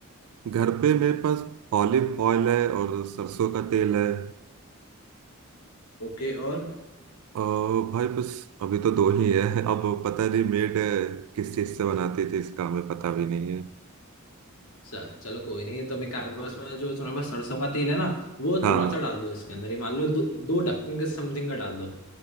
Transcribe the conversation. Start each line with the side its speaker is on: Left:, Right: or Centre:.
Right: घर पे मेरे पास ऑलिव ऑयल है और सरसों का तेल है
Left: ओके और
Right: और भाई बस अभी तो दो ही है अब पता नहीं मेड किस चीज से बनाती थी इसका हमें पता भी नहीं है
Left: च- चलो कोई नहीं तो मैं क्या करूंगा इसमें जो तुम्हारे पास सरसों का तेल है ना वो
Right: हाँ
Left: थोड़ा सा डाल दो इसके अंदर ये मान लो दो दो ढक्कन के समथिंग का डाल दो